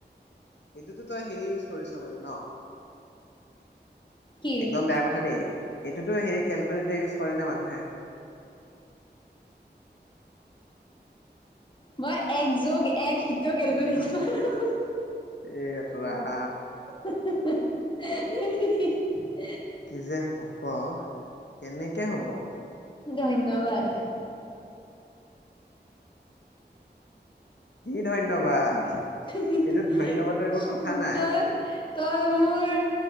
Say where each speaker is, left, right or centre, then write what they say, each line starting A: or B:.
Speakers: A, on the left (about 75°); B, on the left (about 25°).
A: এইটোতো তই হেৰি ইউজ কৰিছ মানে ন
B: কি
A: একদম বেয়া কথা দেই এইটোতো সেইৰি কেলকুলেটৰ ইউজ কৰে নে মানুহে
B: মই এক যোগ এক সিটো কেলকুলেটৰ মাৰো
A: ইচ ৰাম
B: হি হি হি হি হি হি
A: কি যে হব কেনেকে হব
B: ধন্যবাদ।
A: কি ধন্যবাদ
B: হি হি
A: এইটোত
B: হি
A: ধন্যবাদৰ একো কথা নাই
B: তই তই মোৰ